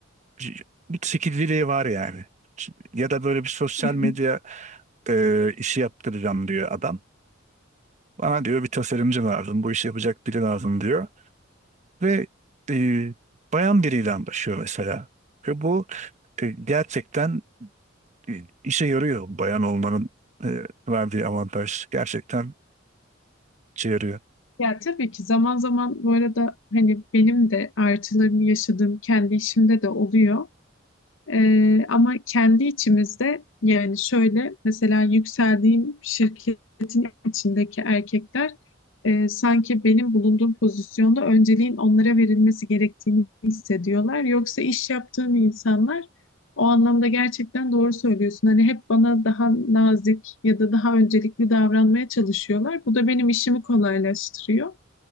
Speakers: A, on the right (about 35°); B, on the left (about 70°).
A: c- bu çekiciliği var yani. Ç- Ya da böyle bir sosyal
B: <laughs>
A: medya e, işi yaptıracağım diyor adam. Bana diyor bir tasarımcı lazım, bu işi yapacak biri lazım diyor. Ve e, bayan biriyle anlaşıyor mesela. Ve bu e, gerçekten e, işe yarıyor bayan olmanın e, verdiği avantaj. Gerçekten işe yarıyor.
B: Ya tabii ki zaman zaman bu arada hani benim de artılarını yaşadığım kendi işimde de oluyor. Ee, ama kendi içimizde yani şöyle mesela yükseldiğim şirketin içindeki erkekler e, sanki benim bulunduğum pozisyonda önceliğin onlara verilmesi gerektiğini hissediyorlar. Yoksa iş yaptığım insanlar o anlamda gerçekten doğru söylüyorsun. Hani hep bana daha nazik ya da daha öncelikli davranmaya çalışıyorlar. Bu da benim işimi kolaylaştırıyor.